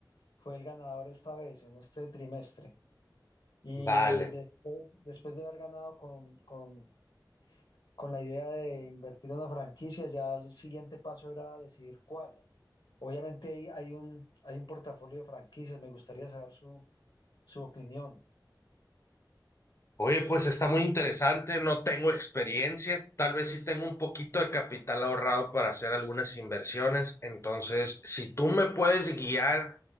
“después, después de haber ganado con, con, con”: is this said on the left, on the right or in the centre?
Left